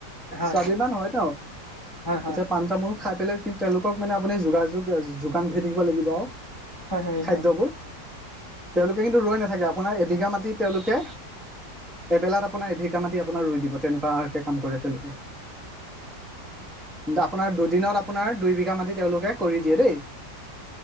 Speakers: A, on the left (about 25°); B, in the centre.
A: হয়
B: স্বাভিমান হয় আৰু।
A: হয় হয় হয়
B: এতিয়া পাণ তামোল খাই পেলাই কিন্তু তেওঁলোকক মানে আপুনি যোগাযোগ যোগান ধৰি থাকিব লাগিব আৰু।
A: হয় হয় হয় হয় হয় হয় হয় হয় হয় হয় হয় হয় হয় হয় হয় হয় হয় হয় হয়
B: খাদ্যবোৰ তেওঁলোকে কিন্তু ৰৈ নাথাকে আপোনাৰ এবিঘা মাত তি তেওঁলোকে এবেলাত আপোনাৰ এ বিঘা মাটি আপোনাৰ ৰুই দিব তেনেকুৱাকে কাম কৰে তেওঁলোকে। আপোনাৰ দুদিনত আপোনাৰ দুই বিঘা মাটি তেওঁলোকে কৰি দিয়ে দেই।